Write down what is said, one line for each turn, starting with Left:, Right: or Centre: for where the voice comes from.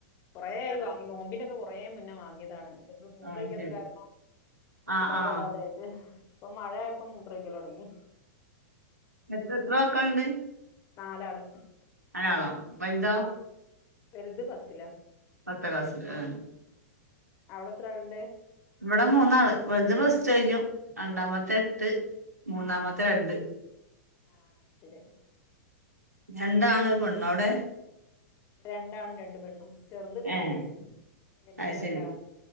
Left: കൊറെ ആായി വാങ്ങി നോമ്പിനൊക്കെ കുറ മുന്നേ വാങ്ങിയതാണ് മൂത്രക്കാത്ത
Right: ആഹ് ശരി
Left: കാരണംഇടാതെ
Right: ആഹ് ആഹ്
Left: ഇടാതെ ആായിട്ട് ഇപ്പൊ മഴ ഇപ്പം മുത്രക്കല തുടങ്ങി
Right: എത്ര എത്ര വക്കണ്ട്
Left: നാലാള്
Right: അരാളോ വന്താ
Left: ആഹ് വലുത് പത്തിലി
Right: പത്താം ക്ലാസ് ആ
Left: അവിടെ എത്ര ആളുണ്ട്
Right: ഇവിടെ മൂന്നാള് വലുത് പ്ലസ് ടു കഴിഞ്ഞു രണ്ടാമത്തെ
Left: ഏഹ്
Right: എട്ട് മൂന്നാമത്തെ രണ്ട്
Left: ആ ശരി
Right: രണ്ടാാണ് ഒരു പെണ് അവിടെ
Left: ഇടെ രണ്ടാണ് രണ്ട പെണ്ണ് ചെറുത് രണ്ട
Right: ഏഹ്
Left: പെണ്ണ് വലുത്
Right: അത്
Left: രണ്ടാണ്
Right: ശരി